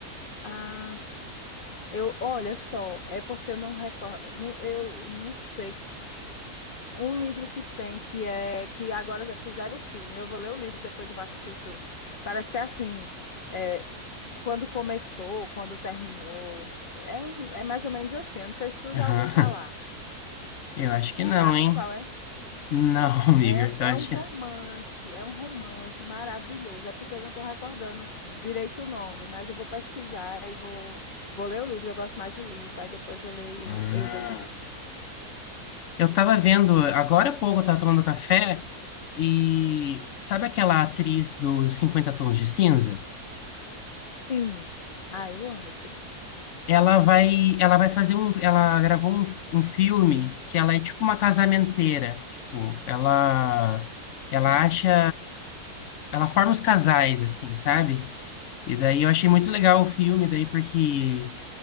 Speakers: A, on the left; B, on the left.
A: Ah, eu, olha só, é porque eu não recordo, não- eu não sei. Um livro que tem, que é, que agora fizeram o filme, eu vou ler o livro, depois eu vou assistir o filme. Parece que é assim, é, quando começou, quando terminou, é, um, é mais ou menos assim, eu não sei se tu
B: Aham.
A: já ouviu falar.
B: <laughs> Eu acho que não,
A: Sabe
B: hein?
A: qual é?
B: Não, <laughs> amiga,
A: É,
B: eu acho
A: é um
B: que.
A: romance, é um romance maravilhoso. É porque eu não estou recordando direito o nome, mas eu vou pesquisar e vou, vou ler o livro. Eu gosto mais do livro. Aí depois eu leio,
B: Ah.
A: eu vejo
B: Eu tava vendo, agora há pouco eu tava tomando café e. Sabe aquela atriz dos 50 Tons de Cinza?
A: Sim. Ah, eu amo esse livro.
B: Ela vai, ela vai fazer um, ela gravou um, um filme que ela é tipo uma casamenteira, tipo, ela ela acha, ela forma os casais assim, sabe? E daí eu achei muito legal o filme daí porque